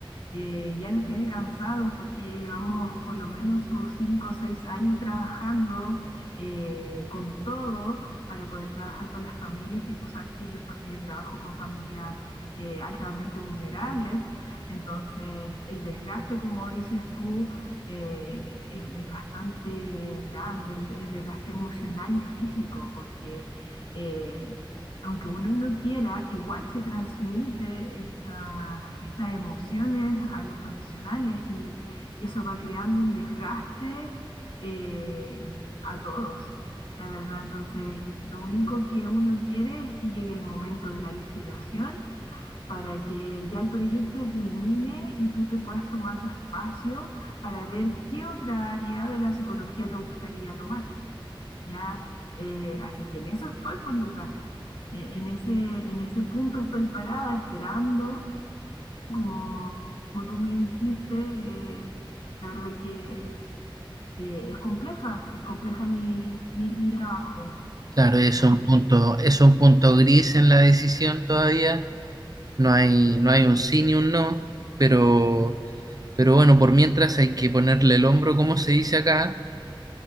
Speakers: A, on the left; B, on the right.
A: eh, ya nos tiene cansados porque ya llevamos por lo menos sus cinco o seis años trabajando eh, con todo para poder trabajar con las familias, que tú sabes que yo eh, trabajo con familias eh, altamente vulnerables, entonces el desgaste, como dices tú, eh, es, es, bastante grande, el, el, desgaste emocional y físico, porque eh, aunque uno no quiera, igual se transmite esta- estas emociones a los profesionales y, y eso va creando un desgaste eh, a todos, la verdad. Entonces, lo único que uno quiere es que llegue el momento de la licitación para que ya el proyecto culmine y tú te puedas tomar tu espacio para ver qué otra área de la psicología te gustaría tomar. ¿ya? Eh, así que en eso estoy con Lucas. Eh, en ese, en ese punto estoy parada esperando, como, como tú me dijiste, eh, la verdad que eh, es compleja, es compleja mi, mi, mi trabajo.
B: Claro, es
A: Así
B: un punto, es un punto gris en la decisión todavía. No hay, no hay un sí ni un no, pero, pero bueno, por mientras hay que ponerle el hombro, como se dice acá